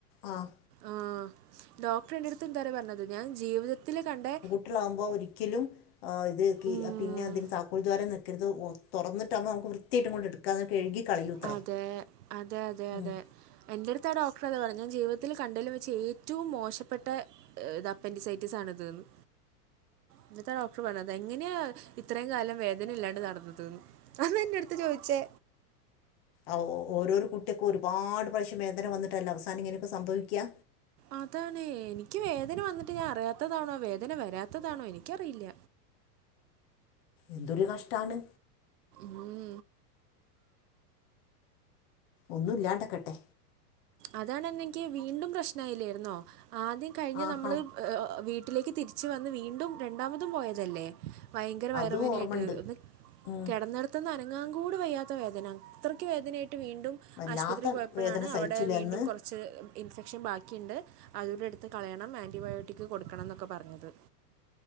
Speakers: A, on the left (about 40°); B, on the right (about 75°).
A: ആഹ്
B: ആഹ് ഡോക്ടറെന്റട്ത്ത് എന്താറിയോ പറഞ്ഞത് ഞാൻ ജീവിതത്തില് കണ്ടേ
A: ട്ട്ളാവുമ്പോ ഒരിക്കലും ഇത് കി
B: ഉം,
A: പിന്നെ അതിന് താക്കോൽ ധ്വാരം നിക്കര്ത് വോ തൊറന്ന്ട്ടാവുമ്പം നമുക്ക് വൃത്ത്യായിട്ട് ഇങ്ങോട്ടെട് ക്കാന്ന് കഴുകി കളയൂത്രേ
B: അതെ അതെ അതെ
A: മ്മ്
B: അതെ എൻ്റെ അട്ത്ത് ആ ഡോക്ടറതാ പറഞ്ഞേ‍ ഞാൻ ജീവിതത്തില് കണ്ടേലും വെച്ച് ഏറ്റവും മോശപ്പെട്ടെ ഇത് അപ്പന്റിസൈറ്റിസാണ് ഇത്ന്ന് ഇന്ന്ട്ട് ആ ഡോക്ടർ പറഞ്ഞത് എങ്ങന്യാ ഇത്രയും കാലം വേദന ഇല്ലാണ്ട് നടന്നത് ന്ന് അതാ എന്റെട്ത്ത് ചോയിച്ചേ
A: ആവ് ഓരോരോ കുട്ട്യേക്കും ഒരുപാട് പ്രാവശ്യം വേദന വന്ന്ട്ടല്ലേ അവസാനം ഇങ്ങനൊക്കെ സംഭവിക്ക്യാ
B: അതാണേ എനിക്ക് വേദന വന്നിട്ട് ഞാൻ അറിയാത്തതാണോ വേദന വരാത്തതാണോ എനിക്കറിയില്ല
A: എന്തൊരു കഷ്ടാണ്
B: മ്
A: ഒന്നുല്ലാണ്ടാക്കട്ടെ
B: അതണെന്നിക്ക് വീണ്ടും പ്രശ്നായില്ലായിരുന്നോ ആദ്യം കഴിഞ്ഞ
A: ആഹാ
B: നമ്മള് വീട്ടിലേക്ക് തിരിച്ച് വന്ന് വീണ്ടും രണ്ടാമതും പോയതല്ലേ ഭയങ്കര വയറ്
A: അതും
B: വേനായിട്ട്
A: ഓർമ്മയുണ്ട്
B: ഒന്ന്
A: ഉം.
B: കിടന്നിട ത്ത് നിന്ന് അനങ്ങാൻ കൂട് വയ്യാത്ത വേദന അത്രക്ക് വേദനയായിട്ട് വീണ്ടും
A: വല്ലാത്ത
B: ആശുപത്രിയിൽ പോയപ്പോഴാണ്
A: വേദന സഹിച്ചില്ലേ
B: അവടെ വീണ്ടും
A: അന്ന്
B: കൊറ കുറച്ച് ഇൻഫെക്ഷൻ ബാക്കിയിണ്ട് അതൂടെ എടുത്ത് കളയണം ആന്റിബയോട്ടിക്ക് കൊടുക്കണം എന്നൊക്കെ പറഞ്ഞത്